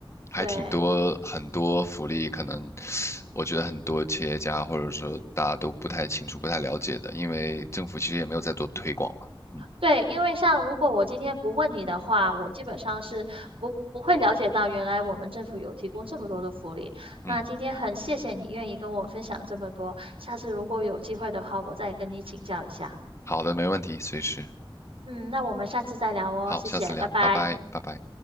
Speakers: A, on the left; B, on the right.
A: 还挺多很多福利，
B: 对。
A: 可能我觉得很多企业家或者说大家都不太清楚、不太了解的，因为政府其实也没有在做推广嘛，嗯
B: 对，因为像如果我今天不问你的话，我基本上是不不会了解到原来我们政府有提供这么多的福利。
A: 嗯，
B: 那今天很谢谢你愿意跟我分享这么多，下次如果有机会的话，我再跟你请教一下。
A: 好的，没问题，随时，
B: 嗯，那我们下次再聊哦，
A: 好，
B: 谢谢，
A: 下次聊，
B: 拜拜。
A: 拜拜，拜拜。